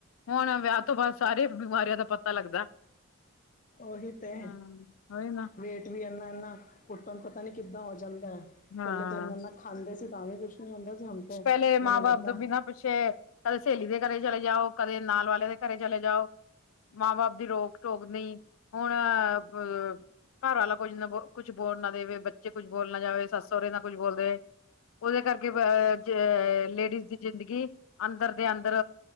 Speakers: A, on the left; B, on the left.
A: ਹੁਣ ਵਿਆਹ ਤੋਂ ਬਾਅਦ ਸਾਰੇ ਬਿਮਾਰੀਆਂ ਦਾ ਪਤਾ ਲੱਗਦਾ,
B: ਉਹੀ ਤੇ
A: ਹਮ ਉਹੀ ਨਾ।
B: ਵੇਟ ਵੀ ਇਨਾ -ਇਨਾ ਪੁੱਟਣ ਤੋਂ ਪਹਿਲੇ ਕਿੱਦਾਂ ਹੋ ਜਾਂਦਾ ਹੈ,
A: ਹਾਂ
B: ਪਹਿਲੇ ਤੇ ਇੰਨਾ- ਇੰਨਾ ਦੀ ਖਾਂਦੇ ਸੀ, ਤਾਂ ਵੀ ਕੁਛ ਨੀ ਹੁੰਦਾ। ਸੀ ਹੁਣ ਤੇ
A: ਪਹਿਲੇ ਮਾਂ
B: ਮੈਨੂੰ
A: ਬਾਪ
B: ਲੱਗਦਾ
A: ਤੋਂ ਬਿਨਾਂ ਪੁਛੇ ਕਦੇ ਸਹੇਲੀ ਦੇ ਘਰੇ ਚਲੇ ਜਾਓ, ਕਦੇ ਨਾਲ ਵਾਲੇ ਦੇ ਘਰੇ ਚਲੇ ਜਾਓ। ਮਾਂ ਬਾਪ ਦੀ ਰੋਕ ਟੋਕ ਨਹੀਂ, ਹੁਣ ਅ ਘਰ ਵਾਲਾ ਕੁੱਝ ਨਾ ਕੁਛ ਬੋਲ ਨਾ ਦੇਵੇ, ਬੱਚੇ ਕੁੱਛ ਬੋਲ ਨਾ ਜਾਵੇ, ਸੱਸ ਸਹੁਰੇ ਨਾਲ ਕੁੱਛ ਬੋਲ ਦੇਵੇ, ਉਹਦੇ ਕਰਕੇ ਅ ਜ ਲੇਡੀਜ਼ ਦੀ ਜ਼ਿੰਦਗੀ ਅੰਦਰ ਦੇ ਅੰਦਰ